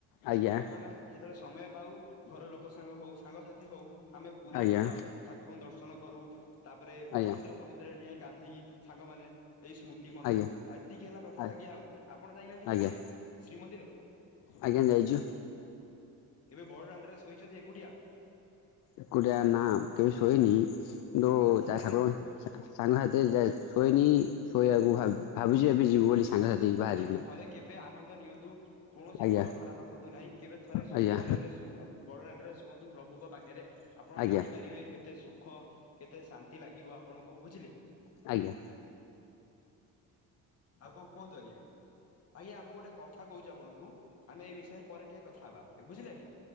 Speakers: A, on the left (about 75°); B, on the left (about 45°).
A: ଆଜ୍ଞା
B: ଆମେ ଯେତେବେଳେ ସମୟ ପାଉ। ଘର ଲୋକ ସାଙ୍ଗ ହଉ, ସାଙ୍ଗସାଥି ହଉ ଆମେ ପୁରୀ
A: ଆଜ୍ଞା
B: ଯାଉ ଠାକୁରଙ୍କୁ ଦର୍ଶନ କରୁ। ତାପରେ
A: ଆଜ୍ଞା
B: ସମୁଦ୍ର ଫମୁଦ୍ର ରେ ଟିକେ ଗା ଇ ସାଙ୍ଗ ମାନେ। ଏଇ ସ୍ମୃତି ମନେ
A: ଆଜ୍ଞା
B: ରଖୁ, ଆ ଏତିକି ହେଲା କଥା
A: ଆ
B: ଆଜ୍ଞା ଆଉ ଆପଣ ଯାଇନାହାନ୍ତି
A: ଆଜ୍ଞା
B: କେବେ ଶ୍ରୀମନ୍ଦିର?
A: ଆଜ୍ଞା ଯାଇଛୁ
B: କେବେ ବଡ ଦାଣ୍ଡରେ ଶୋଇଛନ୍ତି ଏକୁଟିଆ?
A: ଏକୁଟିଆ ନା କେବେ ଶୋଇନି । କିନ୍ତୁ
B: ସାଙ୍ଗସାଥି ସାଙ୍ଗରେ
A: <inaudible> ସାଙ୍ଗସାଥୀ ର ଯାଏ ଶୋଇନୀ। ଶୋଇ ଆଗକୁ ଭାବ ଭାବୁଛି ଏବେ ଯିବୁ ବୋଲି। ସାଙ୍ଗସାଥି ବାହାରିକିନା
B: ଆଜ୍ଞା ଥରେ କେବେ ଆନନ୍ଦ ନିଅନ୍ତୁ କୌଣସି
A: ଆଜ୍ଞା
B: ଘର ଭଡା ରଖନ୍ତୁ ନାହିଁ, କେବେ ଥରେ ଶ୍ରୀମନ୍ଦିରରେ
A: ଆଜ୍ଞା
B: ସୁ ଆ ବଡଦାଣ୍ଡର ଶୁ । ଶୁଅନ୍ତୁ ପ୍ରଭୁଙ୍କ ପାଖରେ। ଆପଣ
A: ଆଜ୍ଞା
B: ଜାଣିପାରିବେ କେତେ ସୁଖ, କେତେ ଶାନ୍ତି ଲାଗିବ ଆପଣଙ୍କୁ ବୁଝିଲେ।
A: ଆଜ୍ଞା
B: ଆଉ କଣ କୁହନ୍ତୁ ଆଜ୍ଞା, ଆଜ୍ଞା ମୁଁ ଗୋଟେ କଥା କହୁଛି ଆପଣଙ୍କୁ? ଆମେ ଏଇ ବିଷୟରେ ପରେ ଟିକେ କଥା ହେବା? ବୁଝିଲେ ଆଜ୍ଞା